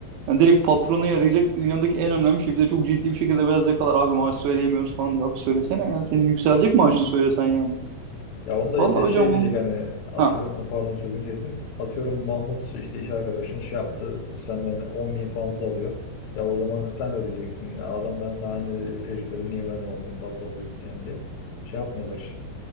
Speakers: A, on the right; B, on the left.
A: Yani direkt patrona yarayacak dünyadaki en önemli şey. Bir de çok ciddi bir şekilde beyaz yakalar abi maaş söyleyemiyoruz falan diyor. Abi söylesene ya senin yükselecek maaşını söylesen yani.
B: Ya onda
A: Vallahi
B: işte şey
A: hocam
B: diyecek
A: on...
B: hani atıyorum
A: Ha,
B: pardon sözünü kestim. Atıyorum Mahmut işte iş arkadaşın şey yaptı senden 10 bin fazla alıyor. Ya o zaman sen de diyeceksin "Ya adam benimle aynı tecrübede niye benden 10 bin fazla alıyor diyeceksin diye. Şey yapmıyorlar.